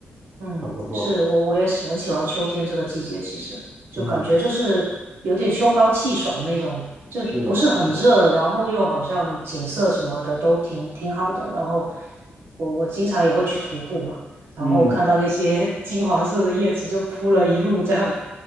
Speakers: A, on the right; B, on the right.
A: 嗯，
B: 很不错。
A: 是我我也是很喜欢秋天这个季节，其实就感觉就是有点秋高气爽那种，
B: 嗯，
A: 就不是很热，
B: 是的，是的，
A: 然后又好像景色什么的都挺挺好的。然后我我经常也会去徒步嘛，然后看到那些
B: 嗯，
A: <laughs> 金黄色的叶子就铺了一路，这样